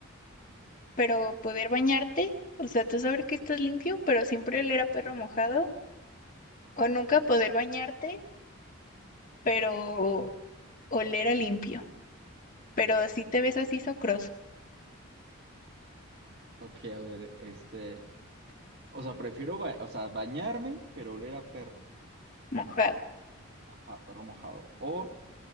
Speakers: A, on the left; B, on the right.
A: pero poder bañarte, o sea, tú saber que estás limpio, pero siempre oler a perro mojado, o nunca poder bañarte, pero oler a limpio, pero así te ves así socroso,
B: Ok, a ver, este, o sea, prefiero, ba- o sea, bañarme, pero oler a perro.
A: mojado,
B: Ajá, perro mojado. O